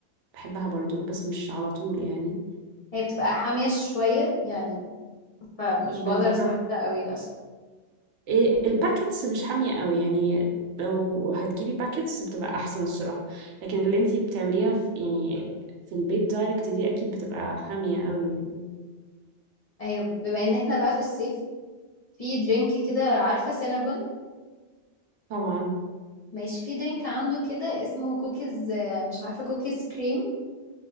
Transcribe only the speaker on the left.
هي بتبقى حامية شوية يعني فمش
بقدر استحملها قوي للاسف
أيوة، بما ان احنا بقى في الصيف في درينك كده عارفة سينابون
ماشي في درينك عنده كده اسمه كوكيز آه، مش عارفة كوكيز كريم